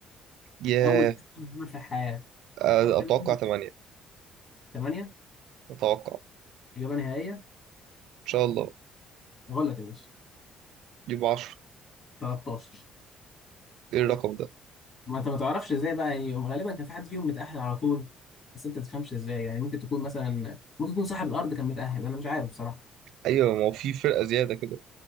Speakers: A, on the right; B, on the left.
A: ياه
B: اول كأس عالم اتعمل في الحياة
A: آه،
B: كام
A: أتوقع ثمانية
B: 8
A: أتوقع
B: إجابة نهائية
A: إن شاء الله
B: غلط يا باشا
A: يبقى عشرة
B: 13
A: إيه الرقم ده؟
B: ما انت ما تعرفش ازاي بقى يعني غالبا كان في حد فيهم متأهل على طول بس انت تفهمش ازاي يعني ممكن تكون مثلا ممكن يكون صاحب الارض كان متأهل انا مش عارف بصراحة
A: أيوة ما هو في فرقة زيادة كده